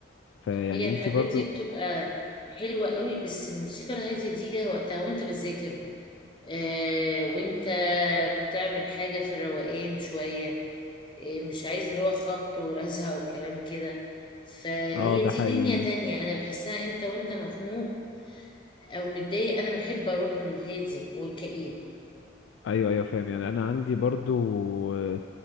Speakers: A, on the left; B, on the left.
A: فيعني
B: هي
A: انتي
B: الحاجات
A: برضو
B: دي بتبقى حلوة قوي بس الموسيقى الهادية دي ليها وقتها وانت بتذاكر آه وانت بتعمل حاجة في الروقان شوية آه مش عايز اللي هو خبط ورزع <laughs> وكلام كده فهي
A: اه ده
B: دي
A: حقيقي
B: دنيا تانية انا بحسها انت وانت مخنوق او متضايق انا بحب اروح للهادي والكئيب
A: ايوه ايوه فاهم يعني انا عندي برضو آه،